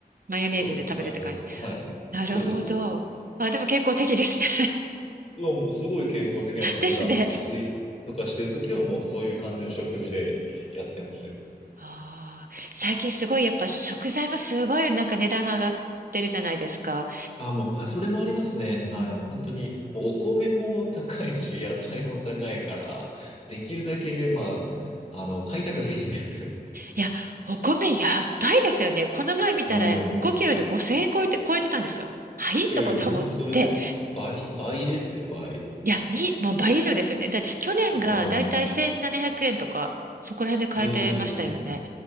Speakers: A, on the right; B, on the left.
A: マヨネーズで食べるって感じ。
B: そうです、マヨネーズ。はい。
A: なるほど。
B: そうです。
A: あ、でも健康的ですね。
B: はもうすごい健康的なんですよ。
A: <laughs> ですね。
B: 普段の自炊とかしてるときはもうそういう感じの食事でやってますよ。
A: あー最近すごいやっぱ食材もすごいなんか値段が上がってるじゃないですか。
B: あ、もう、あ、それもありますね。
A: うん。
B: はい。もう本当に、もうお米も高いし、<laughs> 野菜も高いから、できるだけ、まあ、あの、買いたくないんですよ。
A: いや、お米やばいですよね。この前見たら5キロで5000円超えて、
B: うん。
A: 超えてたんですよ。はいとこと思って。
B: いやいや、もう本当それですよ。倍、倍ですよ、倍。
A: いや、いい、もう倍以上ですよね。だって去年がだいたい1700円とか、
B: うん。うん
A: そこら辺で買えてましたよね。
B: うんうんうん。